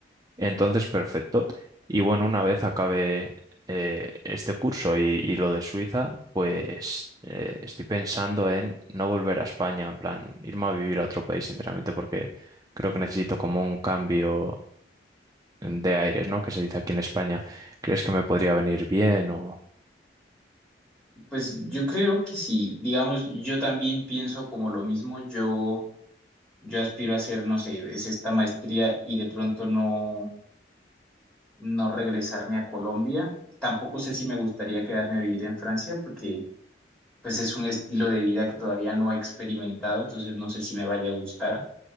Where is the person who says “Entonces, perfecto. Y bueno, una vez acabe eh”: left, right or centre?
Right